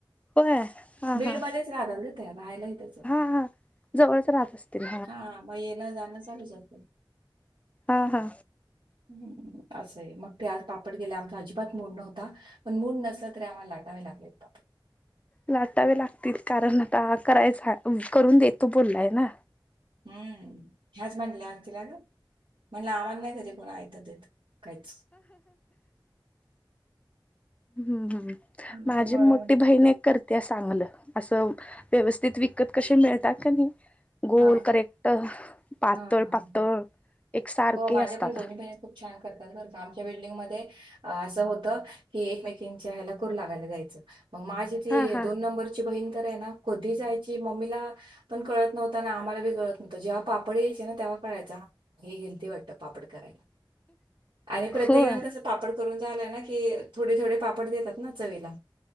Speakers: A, on the left; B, on the right.
A: होय हा
B: बीड
A: हा
B: मध्येच राधलेत राहायलाही त्याच
A: हा हा जवळच राहत असतील
B: हा मग येला जाण चालूच होतं.
A: हा हा.
B: ह् असंय मग ते आज पापट गेले आमचा अजिबात मोड नव्हता. पण मूड नसलं तरी आम्हाला लाटावे लागले आहेत बा.
A: लाटावे लागतील कारण आता करायचा करून देतो बोललाय ना.
B: हम्म ह्याज बनला हतरग म्हणलं आम्हला नाही कधी कोण आयात देत काहीच
A: हम्म हम्म माझी
B: आता मळण
A: मोठी बहिण करत्या चांगलं असं व्यवस्थित विकत कशी मिळतात का नाही. गोल
B: हा
A: करेक्ट पातळ
B: हा हा हा
A: पातळ एक सारखे
B: हो माझ्या
A: असतात.
B: पण दोन्ही बहिणी खूप छान करतात ब आमच्या बिल्डिंगमध्येध्ये असं होत की एकमेकीच्या ह्याला कर लागायला जायचं मग माझी ते
A: हा हा
B: दोन नंबर बहीण तर आहे ना कधी जायची मम्मीला पण कळत नव्हता ना आम्हाला ब कळत नव्हं जेव्हा पापड यायचे ना तेव्हा कळायचा हा. ही गिंती वाटत पापड करायला आणि प्रत्येक
A: होय
B: जण कसं? पापड करून झालाय ना की थोडे थोडे पापड देतात ना चवीला